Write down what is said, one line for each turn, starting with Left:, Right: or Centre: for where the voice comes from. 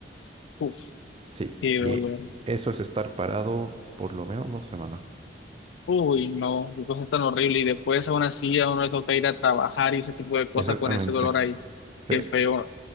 Left: Uf,
Right: Sí,
Left: qué
Right: y
Left: dolor.
Right: eso es estar parado por lo menos dos semanas.
Left: Uy, no, qué cosa tan horrible. Y después aún así a uno le toca ir a trabajar y ese tipo de cosas
Right: Exactamente.
Left: con ese dolor ahí.
Right: Sí,
Left: Qué feo.